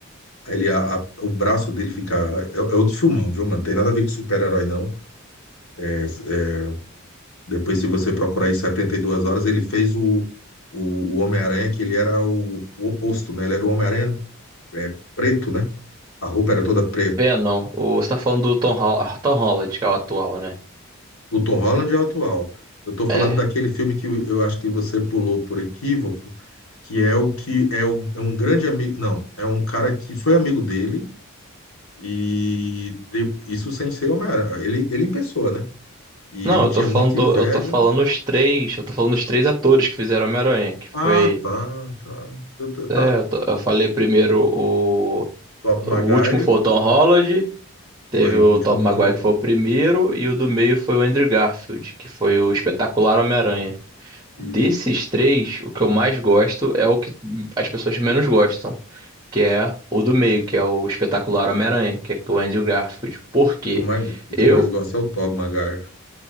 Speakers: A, on the left; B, on the right.
A: Aí Ele, a- a- o braço dele fica. É, é outro filmão, viu, mano? Tem nada a ver com super-herói, não. É, é, depois, se você procurar aí 72 horas, ele fez o, o, o Homem-Aranha, que ele era o, o oposto, né? Ele era o Homem-Aranha é, preto, né? A roupa era toda preta.
B: Venom, o, você tá falando do Tom, Hol- ah, Tom Holland, que é o atual, né?
A: O Tom Holland é o atual. Eu tô falando
B: É.
A: daquele filme que eu acho que você pulou por equívoco, que é o que é, o- é um grande amigo, não, é um cara que foi amigo dele e de- isso sem ser Homem-Aranha, ele, ele em pessoa, né? E
B: Não,
A: ele
B: eu
A: tinha
B: tô falando,
A: muita
B: do-
A: inveja.
B: eu tô falando os três, eu tô falando os três atores que fizeram Homem-Aranha, que
A: Ah,
B: foi
A: tá, tá, tá, tá.
B: É,
A: tá.
B: eu, to- eu falei primeiro o,
A: Maguire
B: o último foi o Tom Holland, teve
A: foi,
B: o
A: o último
B: Tobey
A: foi
B: Maguire
A: o Tom.
B: que foi o primeiro, e o do meio foi o Andrew Garfield, que foi o espetacular Homem-Aranha.
A: Isso.
B: Desses três, o que eu mais gosto é o que as pessoas menos gostam, que é o do meio, que é o espetacular Homem-Aranha, que é com o Andrew Garfield. Por quê?
A: O que eu mais, o
B: Eu,
A: que eu mais gosto é o Tobey Maguire.